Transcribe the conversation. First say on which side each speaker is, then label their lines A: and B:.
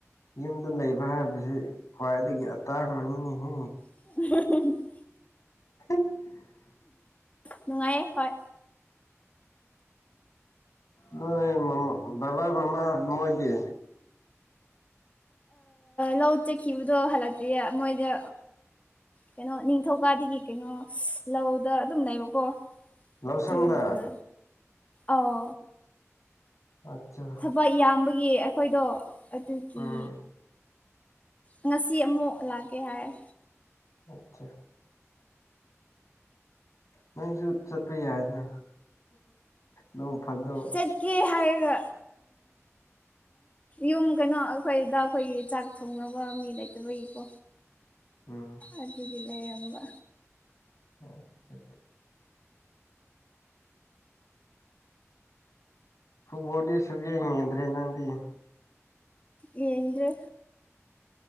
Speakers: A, on the left; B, on the left.
A: ꯌꯨꯝꯗ ꯂꯩꯕ ꯍꯥꯏꯕꯁꯤ ꯈ꯭ꯋꯥꯏꯗꯒꯤ ꯑꯇꯥꯡꯕꯅꯤꯅꯤꯍꯦ
B: <inaudible>
A: <inaudible>
B: ꯅꯨꯡꯉꯥꯏꯌꯦ ꯍꯣꯏ
A: ꯅꯣꯏ ꯃ ꯕꯥ ꯃꯃꯥ ꯃꯣꯏꯗꯤ
B: ꯂꯧ ꯆꯠꯈꯤꯕꯗꯣ ꯍꯜꯂꯛꯇꯤꯦ ꯃꯣꯏꯗ ꯀꯩꯅꯣ ꯅꯤꯡ ꯅꯤꯡ ꯊꯧꯀꯥꯗꯤꯗꯒꯤ ꯀꯩꯅꯣ ꯂꯧꯗ ꯑꯗꯨꯝ ꯂꯩꯕꯀꯣ
A: ꯂꯧꯁꯪꯗ
B: ꯆꯔꯒ ꯑꯥꯎ
A: ꯑꯆꯥ
B: ꯕ ꯏꯌꯥꯝꯕꯒꯤ ꯑꯩꯈꯣꯏꯗꯣ ꯑꯗꯨꯒꯤ
A: ꯎꯝ
B: ꯉꯁꯤ ꯑꯃꯨꯛ ꯂꯥꯛꯀꯦ ꯍꯥꯏꯔꯦ
A: ꯑꯆꯥ ꯅꯪꯁꯨ ꯆꯠꯄ ꯌꯥꯏꯅ ꯅꯣꯡ ꯐꯗꯣꯛ
B: ꯆꯠꯀꯤ ꯍꯥꯏꯒ ꯌꯨꯝ ꯀꯩꯅꯣ ꯑꯩꯈꯣꯏꯗ ꯑꯩꯈꯣꯏꯒꯤ ꯆꯥꯛ ꯊꯣꯡꯅꯕ ꯃꯤ ꯂꯩꯇꯕꯒꯤꯀꯣ
A: ꯎꯝ
B: ꯑꯗꯨꯒꯤ ꯂꯩꯔꯝꯕ
A: ꯑꯠ ꯐꯨꯕꯣꯗꯤ ꯁꯨꯪꯌꯦꯡ ꯌꯦꯡꯗ꯭ꯔꯦ ꯅꯪꯗꯤ
B: ꯌꯦꯪꯗꯔꯦ